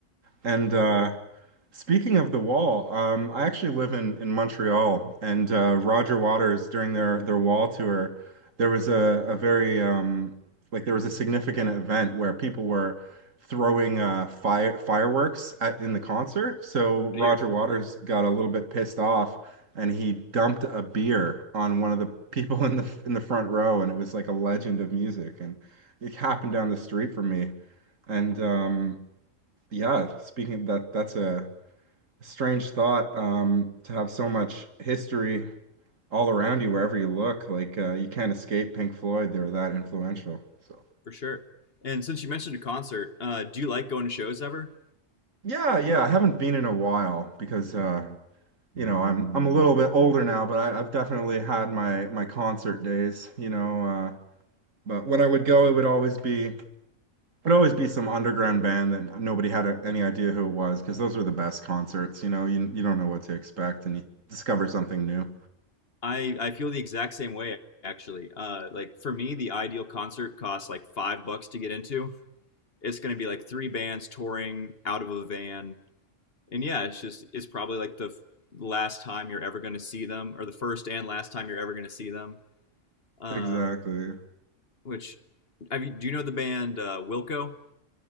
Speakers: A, on the right; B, on the left.
A: and uh, Speaking of the wall, um, I actually live in, in Montreal, and uh, Roger Waters during their, their wall tour, there was a, a very um, like there was a significant event where people were throwing uh, fire fireworks at, in the concert. So Roger
B: good ear
A: Waters got a little bit pissed off, and he dumped a beer on one of the people <laughs> in the in the front row, and it was like a legend of music, and it happened down the street from me, and um, yeah, speaking of that, that's a Strange thought, um, to have so much history all around you wherever you look. Like uh, you can't escape Pink Floyd. They were that influential. So
B: for sure. And since you mentioned a concert, uh, do you like going to shows ever?
A: yeah, yeah. I haven't been in a while because uh, you know I'm I'm a little bit older now, but I, I've definitely had my my concert days. You know, uh, but when I would go, it would always be it'd always be some underground band that nobody had a, any idea who it was because those were the best concerts. You know, you you don't know what to expect and you discover something new.
B: I I feel the exact same way actually. Uh, like for me, the ideal concert costs like five bucks to get into. It's going to be like three bands touring out of a van, and yeah, it's just it's probably like the last time you're ever going to see them, or the first and last time you're ever going to see them. Um,
A: Exactly.
B: which have you, do you know the band uh, Wilco?